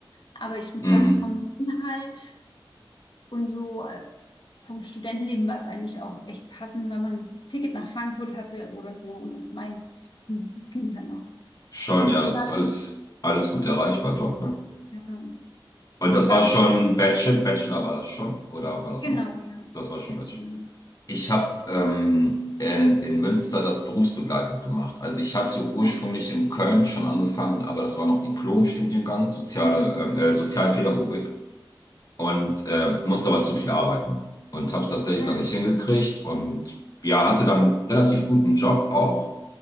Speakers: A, on the left; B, on the left.
A: Aber ich muss
B: mhm.
A: sagen, vom Inhalt und so äh, vom Studentenleben war es eigentlich auch echt passend, wenn man ein Ticket nach Frankfurt hatte oder so und nach Mainz. Hm, Das ging dann auch.
B: Schon, ja,
A: Wie
B: das
A: war,
B: ist alles, alles gut erreichbar dort, ne?
A: ähm,
B: Und
A: wie
B: das
A: war
B: war
A: das
B: schon
A: in Wien?
B: Bachelor, Bachelor war das schon? Oder war das
A: Genau,
B: noch?
A: ja.
B: Das war schon
A: Bachelor.
B: Bachelor. Ich habe ähm, in, in Münster das berufsbegleitend gemacht. Also ich hatte ursprünglich
A: Ah,
B: in Köln schon angefangen, aber das war noch Diplom-Studiengang, soziale,
A: mm,
B: ähm, äh, Sozialpädagogik und äh, musste aber zu viel arbeiten und habe es tatsächlich
A: ah,
B: dann nicht hingekriegt und ja, hatte dann relativ guten Job auch